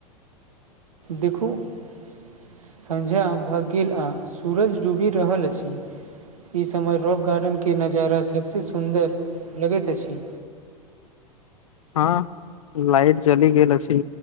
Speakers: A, on the right; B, on the left.
A: देखू सँझा भऽ गेल आ सूरज डूबि रहल अछि ई समय रॉक गार्डन के नजारा सबसे सुंन्दर लगैत अछि
B: हँ लाइट जली गेल अछि